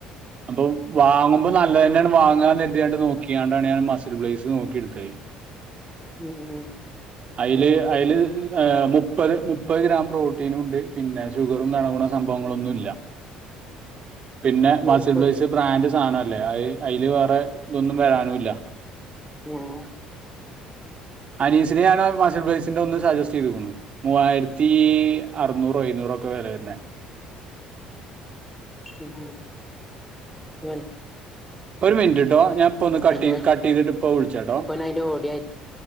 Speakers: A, on the right (about 45°); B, in the centre.
A: അപ്പൊ വാങ്ങുമ്പ നല്ലെന്ന വാങ്ങാനെര്ത്യാണ്ട് നോക്കിയാണ്ടാണ് ഞൻ മസിൽ ബ്ളേസ് നോകിയിട് തെയ്
B: ഉം ഉം
A: അയില്
B: ആ ഇപ്പെന്താ
A: അയില് എ മുപ് പ്പത് മുപ്പത് ഗ്രാം പ്രോട്ടീനും ഉണ്ട് പിന്നെ ഷുഗറും ന്നണകുണ സംഭവങ്ങളൊന്നുല്ല പിന്നെ
B: വെറുപ്പോ
A: മസിൽബ്ലൈസ് ബ്രാൻഡ് സാന ലെ അഹ് അയില് വേറെ തൊന്നും വരാനുല്ല
B: ഉം
A: അനീസിനെ ഞാന മഷൽ ബ്രൈസിന്റെ ഒന്ന് സജസ്റ്റ് ചെയ്ത്ക്കുന്നു മൂവായിരത്തി അറുന്നൂറോ എയുന്നൂറോ ഒക്കെ വില വര്ന്നെ
B: ഉഉം നൽ
A: ഒരു മിനിറ്റ്ിട്ടോ ഞാൻ പ്പ ഒന്ന് കട്ട്യ്കട്ട്
B: ഞാൻ
A: യ്തിട്ട് ഇപ്പ വിളിച്ചാട്ടോ
B: ഇപ്പനയിന്റെ ഓഡിയോ